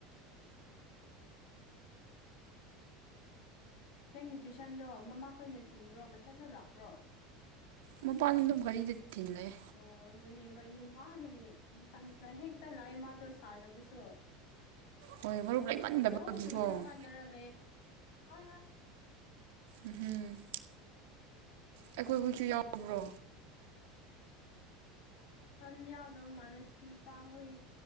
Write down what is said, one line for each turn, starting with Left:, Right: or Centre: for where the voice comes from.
Left: ꯅꯪꯒꯤ ꯇꯨꯏꯁꯟꯗꯣ ꯃꯃꯥꯈꯣꯏꯅ ꯊꯤꯟꯕ꯭ꯔꯣ ꯃꯊꯟꯇ ꯂꯥꯛꯄ꯭ꯔꯣ
Right: ꯃ ꯄꯥꯟꯗ ꯔꯤꯗ ꯊ ꯂꯩ
Left: ꯑꯣ ꯑꯗꯨꯅꯦꯕ ꯌꯨꯝ ꯃꯥꯗꯒꯤ ꯃꯊꯟꯇꯗ ꯍꯦꯛꯇ ꯂꯥꯛꯑꯦ ꯃꯥꯗꯣ ꯁꯥꯟꯅꯕꯁꯨ
Right: ꯍꯣꯏ ꯃꯔꯨꯞ ꯂꯩꯃꯟꯗꯕꯒꯤꯀꯣ
Left: ꯑꯣ ꯍꯨꯏ ꯍꯨꯏ ꯈꯥꯟꯅꯔ ꯂꯩ ꯍꯣꯏ ꯍꯣꯏ
Right: ꯎꯝꯝ ꯑꯩꯈꯣꯏ ꯍꯧꯖꯤꯁꯨ ꯌꯥꯎꯕ꯭ꯔꯣ
Left: ꯍꯟ ꯌꯥꯎꯗꯧ ꯃꯥꯜꯂꯦ ꯅꯨꯄꯥ ꯍꯨꯏ